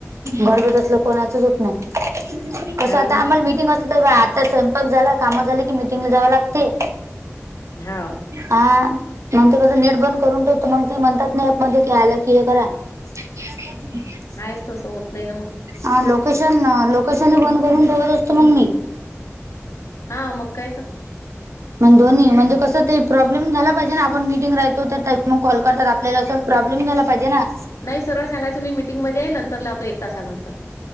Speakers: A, on the right; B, on the left.
A: गडबडीत असलं कोणाचंच होत नाई कसं
B: हाव
A: आता
B: ना.
A: आमा- मिटिंग असती तर बाई आता स्वयंपाक झाला काम झाली की मिटंगला जावं लागते.
B: ह -
A: हा मंग ते कसं नेट बंद करून ठेवतो मंग ते म्हणतात ना ऍपमध्ये काय आलं की हे करा. <inaudible>
B: नायच तसं होत नई म्हणून
A: हा लोकेशन आ लोकेशनबी बंद करून ठेवत असतो मंग मी
B: हा मग काय तर-
A: मंग दोन्ही म्हणजे कसं ते प्रॉब्लेम झाला पायजे ना आपण मीटिंग रायतो त्यातनं मंग कॉल करतात आपल्याला त प्रॉब्लेम झाला पायजे ना
B: नाई सरळ सांगायचं मी मीटिंगमध्ये आहे नंतर लावतो एक तासानंतर